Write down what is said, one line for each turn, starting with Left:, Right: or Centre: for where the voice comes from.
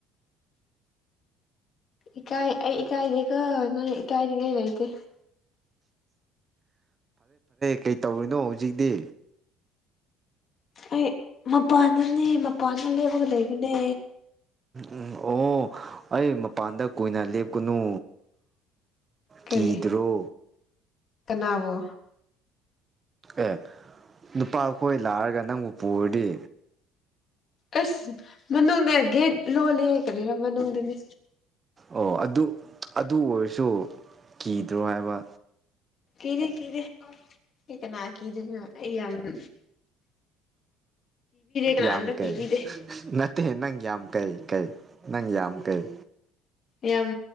Left: ꯏꯀꯥꯏ ꯑꯩ ꯏꯀꯥꯏꯗꯦꯀꯣ ꯅꯪ ꯏꯀꯥꯏꯅꯤꯉꯩ ꯂꯩꯇꯦ
Right: ꯀꯩꯇꯧꯔꯤꯅꯣ ꯍꯧꯖꯤꯛꯇꯤ
Left: ꯑꯩ ꯃꯄꯥꯟꯗꯅꯦ ꯃꯄꯥꯟꯗ ꯂꯦꯞꯂꯒ ꯂꯩꯕꯅꯦ
Right: ꯎꯝ ꯑꯣ ꯑꯩ ꯃꯄꯥꯟꯗ ꯀꯨꯏꯅ ꯂꯦꯞꯀꯅꯨ
Left: ꯀꯔꯤ
Right: ꯀꯤꯗ꯭ꯔꯣ
Left: ꯀꯅꯥꯕꯣ
Right: ꯑꯦ ꯅꯨꯄꯥ ꯈꯣꯏ ꯂꯥꯛꯑꯒ ꯅꯪꯕꯨ ꯄꯨꯔꯗꯤ
Left: ꯑꯁ ꯃꯅꯨꯡꯗ ꯒꯦꯠ ꯂꯣꯜꯂꯤꯍꯦ ꯀꯔꯤꯔ ꯃꯅꯨꯡꯗꯅꯤ
Right: ꯑꯣ ꯑꯗꯨ ꯑꯗꯨ ꯑꯣꯏꯔꯁꯨ ꯀꯤꯗ꯭ꯔꯣ ꯍꯥꯏꯕ
Left: ꯀꯤꯗꯦ ꯀꯤꯗꯦ ꯑꯩ ꯀꯅꯥ ꯀꯤꯗꯣꯢꯅꯣ ꯑꯩ ꯌꯥꯝ <inaudible> ꯀꯅꯥꯝꯇ
Right: ꯌꯥꯝ ꯀꯩ
Left: ꯀꯤꯕꯤꯗꯦ
Right: ꯅꯠꯇꯦ ꯅꯪ ꯌꯥꯝ ꯀꯩ ꯀꯩ ꯅꯪ ꯌꯥꯝ ꯀꯩ
Left: ꯌꯥꯝ